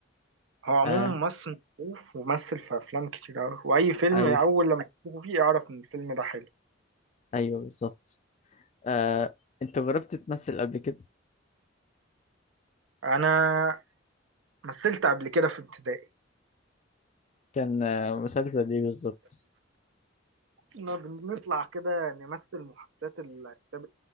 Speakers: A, on the right; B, on the left.
A: هو عموما
B: آه.
A: ممثل معروف وممثل في افلام كتير قوي واي فيلم
B: ايوه
A: اول لما تشوفه فيه اعرف ان الفيلم ده حلو
B: ايوه بالظبط آه. انت جربت تمثل قبل كده
A: انا مثلت قبل كده في ابتدائي
B: كان آه، مسلسل ايه بالظبط
A: كنا بنطلع كده نمثل محادثات الكتاب